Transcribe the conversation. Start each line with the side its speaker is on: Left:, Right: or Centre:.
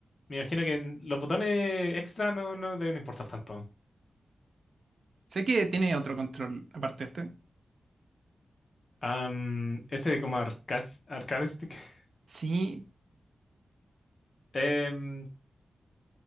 Left: me imagino que en- los botones extra no, no deben importar tanto.
Right: sé que tiene otro control aparte de este.
Left: Am, ese como arcade, arcade stick. <laughs>
Right: Sí,
Left: Em,